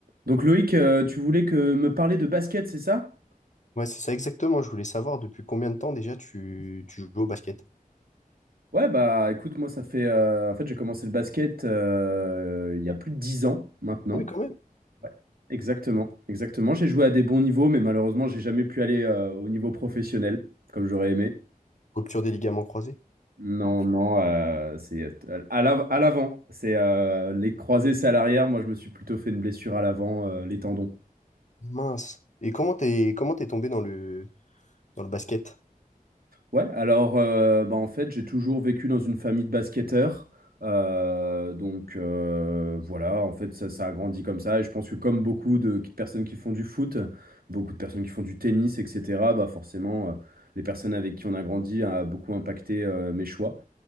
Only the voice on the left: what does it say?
Ouais, c'est ça exactement. Je voulais savoir depuis combien de temps déjà tu, tu joues au basket.
Ah oui, quand même.
Rupture des ligaments croisés.
Mince. Et comment t'es comment t'es tombé dans le dans le basket?